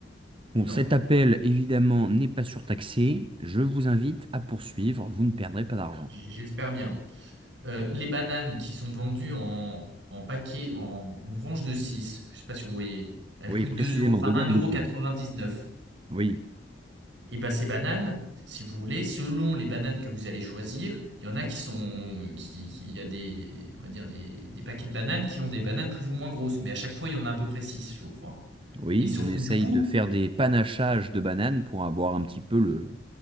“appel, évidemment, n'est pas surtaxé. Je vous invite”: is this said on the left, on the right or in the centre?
Right